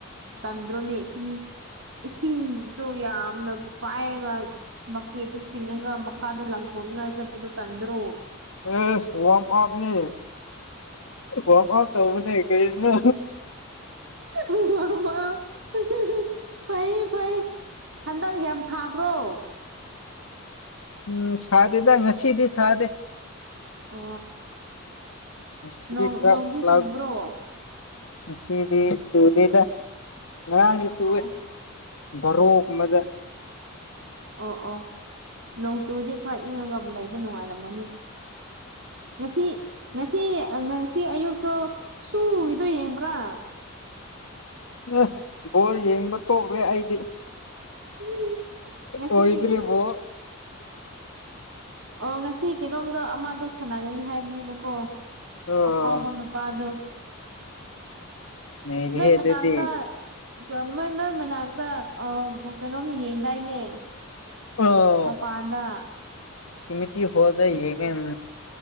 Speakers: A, on the right (about 60°); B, on the left (about 70°).
A: ꯇꯟꯗ꯭ꯔꯣꯅꯦ ꯏꯁꯤꯡ ꯏꯁꯤꯡꯗꯣ ꯌꯥꯝꯅ ꯄꯥꯏꯔꯒ ꯃꯀꯦꯠꯇ ꯆꯤꯡꯉꯒ ꯃꯈꯥꯗ ꯂꯪꯊꯣꯛꯅꯤꯉꯥꯏ ꯆꯠꯄꯗꯨ ꯇꯟꯗ꯭ꯔꯣ
B: ꯑꯦ ꯋꯥꯝ ꯑꯥꯎꯠꯅꯤ ꯋꯥꯛ ꯑꯥꯎꯠ ꯇꯧꯕꯅꯦ ꯀꯔꯤꯅꯣ
A: <unintelligible> ꯐꯩ ꯐꯩ ꯍꯟꯗꯒ ꯁꯥꯕ꯭ꯔꯣ
B: ꯎꯝ ꯁꯥꯗꯦꯗ ꯉꯁꯤꯗꯤ ꯁꯥꯗꯦ
A: ꯑ
B: ꯉꯁꯤꯗꯤ
A: ꯅꯣꯡ
B: ꯈꯔ
A: ꯅꯣꯡꯗꯤ
B: ꯂꯥꯛ
A: ꯆꯨꯝꯕ꯭ꯔꯣ
B: ꯉꯁꯤꯗꯤ ꯆꯨꯗꯦꯗ ꯉꯔꯥꯡꯁꯤ
A: ꯑꯣ
B: ꯆꯨꯋꯦ ꯕꯔꯣꯒꯨꯝꯕꯗ
A: ꯑꯣ ꯑꯣ ꯅꯣꯡ ꯆꯨꯔꯗꯤ ꯈꯔ ꯏꯪꯉꯒ ꯑꯃ ꯂꯩꯕ ꯅꯨꯡꯉꯥꯏꯔꯝꯒꯅꯤ ꯉꯁꯤ ꯉꯁꯤ ꯉꯁꯤ ꯑꯌꯨꯛꯇꯣ ꯁꯨꯔꯤꯗꯣ ꯌꯦꯡꯕ꯭ꯔꯥ
B: ꯑꯦ ꯕꯣꯔ ꯌꯦꯡꯕ ꯇꯣꯛꯂꯦ ꯑꯩꯗꯤ
A: ꯎꯝ ꯉꯁꯤ
B: ꯑꯣꯏꯗ꯭ꯔꯦ ꯕꯣ
A: ꯑꯣ ꯉꯁꯤ ꯀꯩꯅꯣꯝꯗꯣ ꯑꯃꯗꯣ ꯁꯥꯟꯅꯒꯅꯤ ꯍꯥꯏꯕꯅꯦꯕꯀꯣ
B: ꯑꯣ
A: ꯑꯐꯥꯎꯕ ꯅꯨꯄꯥꯗꯨ
B: ꯅꯩꯔꯦꯍꯦ
A: ꯅꯣꯏ ꯃꯅꯥꯛꯇ
B: ꯑꯗꯨꯗꯤ
A: ꯀꯃ ꯅꯣꯏ ꯃꯅꯥꯛꯇ ꯑ ꯕ ꯀꯩꯅꯣꯝ ꯌꯦꯡꯗꯥꯏꯅꯦ
B: ꯑꯣ
A: ꯃꯄꯥꯥꯟꯗ
B: ꯀꯃꯤꯇꯤ ꯍꯣꯜꯗ ꯌꯦꯡꯉꯦ ꯎꯝ